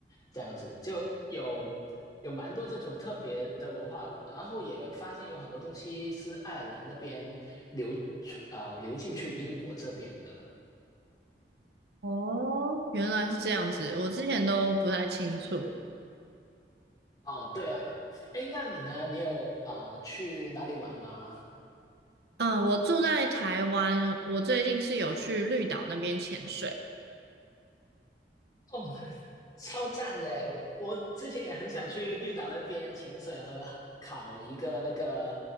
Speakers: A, on the left; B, on the right.
A: 这样子就有有蛮多这种特别的文化，然后也发现有很多东西是爱尔兰那边流传啊、呃流进去英国这边的。
B: 哦，原来是这样子，我之前都不太清楚。
A: 哦，对啊，哎，那你呢？你有啊、呃去哪里玩吗？
B: 嗯，我住在台湾，我最近是有去绿岛那边潜水。
A: 哦，超赞的欸！我之前也很想去绿岛那边潜水和考一个那个